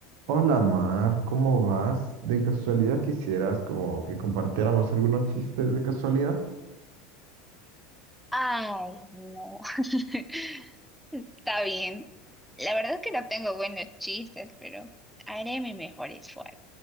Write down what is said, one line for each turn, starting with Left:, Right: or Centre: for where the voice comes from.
Right: Hola Mar, ¿cómo vas? ¿De casualidad quisieras como que compartiéramos algunos chistes de casualidad?
Centre: Ay, no. <laughs> Está bien. La verdad es que no tengo buenos chistes, pero haré mi mejor esfuerzo.